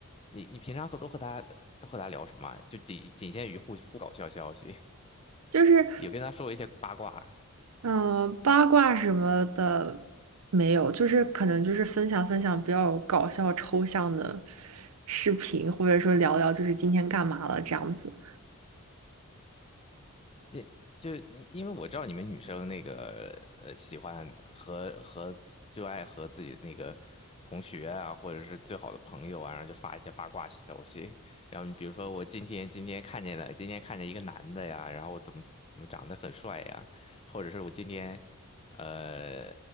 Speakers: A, on the left (about 25°); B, on the right (about 80°).
A: 你你平常和都和他都和他聊什么啊就仅仅限于互互搞笑消息，
B: 就是
A: 有跟他说一些八卦啊。
B: 嗯、呃八卦什么的没有，就是可能就是分享分享比较搞笑抽象的视频，或者说聊聊就是今天干嘛了这样子。
A: 那就因因为我知道你们女生那个呃，喜欢和和就爱和自己的那个同学啊，或者是最好的朋友啊，然后就发一些八卦消息。然后你比如说，我今天今天看见了，今天看见一个男的呀，然后我怎么怎么长得很帅呀，或者是我今天呃，